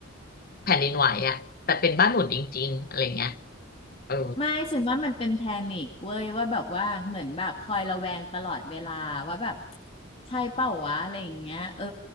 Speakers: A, on the left; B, on the left.
A: แผ่นดินไหวอ่ะแต่เป็นบ้านหมุนจริงๆอะไรเงี้ยเออ
B: ไม่ฉันว่ามันเป็นแพนิคเว้ยว่าแบบว่าเหมือนแบบคอยระแวงตลอดเวลาว่าแบบใช่เปล่าวะอะไรอย่างเงี้ยเออ